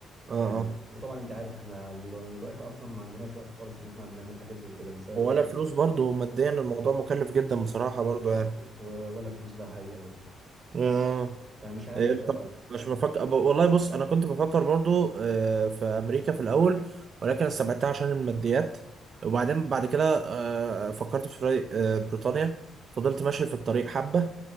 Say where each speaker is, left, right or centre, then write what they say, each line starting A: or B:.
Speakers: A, on the right; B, on the right.
A: اه اه
B: آه، وطبعا انت عارف احنا ال- الوقت اصلا ما عندناش وقت خالص ان احنا نعمل حاجات زي كده بسبب
A: ولا
B: الايه
A: فلوس برضو ماديا الموضوع مكلف جدا بصراحة برضو
B: و-
A: يعني
B: و- ولا فلوس ده حقيقه برضو
A: آه.
B: فمش عارف
A: إيه
B: بقى
A: طب مش بفكر ب- والله بص أنا كنت بفكر برضو آه في أمريكا في الأول ولكن استبعدتها عشان الماديات وبعدين بعد كده آه فكرت في ري- آه بريطانيا فضلت ماشي في الطريق حبة